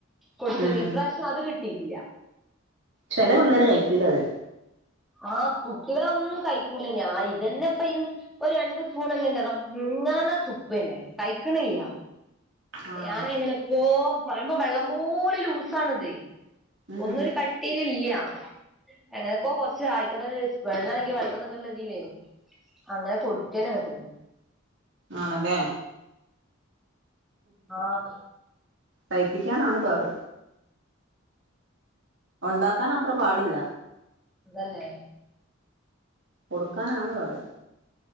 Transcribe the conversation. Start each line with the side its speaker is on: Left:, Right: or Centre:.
Centre: കൊടുത്ത്‌
Right: ഉം
Centre: ഇപ്രാവശ്യം അത് കിട്ടിട്ടില്ല
Right: ചെലേ പിള്ളേര് കഴിക്കൂല അത്
Centre: ആഹ് കുട്ടികളൊന്നും കയിക്കൂല ഞാൻ ഇതന്നെ ഇപ്പ ഇര് ഒരു രണ്ട് സ്പൂണ് ഇന്ന്ന്റെ റബ്ബേ ഇങ്ങനെ തുപ്പന്നെ കയിക്ക്ണില്ല
Right: ആഹ്
Centre: ഞാന് എങ്ങനെപ്പോ പറയുമ്പോ വെള്ളം പോലെ ലൂസാണ്ത്
Right: ഉം
Centre: ഒന്നൊരു കട്ടിലില്ല എങ്ങനെപ്പോ കുറച്ച് ആയിക്കോട്ടെന്ന് വിചാരിച്ച് വെള്ളം എങ്കിൽ വെള്ളം എന്നൊക്കെള്ള രീതിലേ അങ്ങനെ കൊടുക്കന്നങ്ങട്ട്
Right: ആണലേ
Centre: ആഹ്
Right: കയിപ്പിക്കാനാണ് പാട് ഉണ്ടാക്കാൻ അത്ര പാടില്ല
Centre: സുഖല്ലേ
Right: കൊടുക്കാനാണ് പാട്.